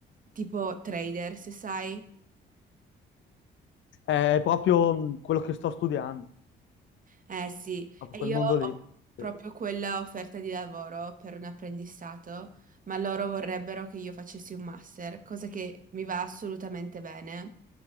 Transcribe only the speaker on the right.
tipo trader, se sai.
Eh sì,
e io
ho
proprio
quella offerta di lavoro per un apprendistato, ma loro vorrebbero che io facessi un master, cosa che mi va assolutamente bene,